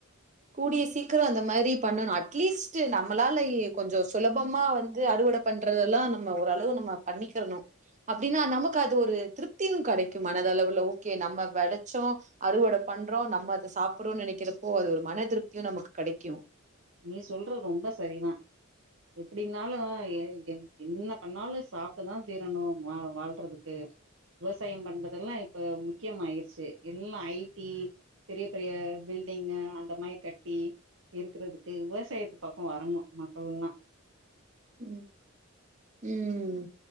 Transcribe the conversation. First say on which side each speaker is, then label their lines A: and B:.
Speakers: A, on the right (about 35°); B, on the right (about 65°).
A: கூடிய சீக்கிரம் அந்த மாதிரி பண்ணும் அட்லீஸ் நம்மளால கொஞ்சம் சுலபமா வந்து அறுவடை பண்றதெல்லாம் நம்ம ஓரளவு நம்ம பண்ணிக்கணும் அப்படின்னா நமக்கு அது ஒரு திருப்தியும் கிடைக்கும் மனத அளவு ஓகே நம்ம விளைச்சம் அறுவடை பண்றோம் நம்ம அதை சாப்பிறோம்னு நினைக்கிறப்போ அது ஒரு மனதிருப்தியும் நமக்கு கிடைக்கும்
B: நீ சொல்றது ரொம்ப சரிதான் எப்டின்னாலும் என்ன பண்ணாலும் சாப்பட்டுதான் தீரணும் வாழ்றதுக்கு விவசாயம் பண்றதெல்லாம் இப்ப முக்கியம் ஆயிருச்சு எல்லாம் ஐடி பெரிய பெரிய பில்டிங் அந்த மாரி கட்டி இருக்கறதுக்கு விவசாயத்து பக்கம் வரங்கும் மக்கள்லாம்
A: உ உம்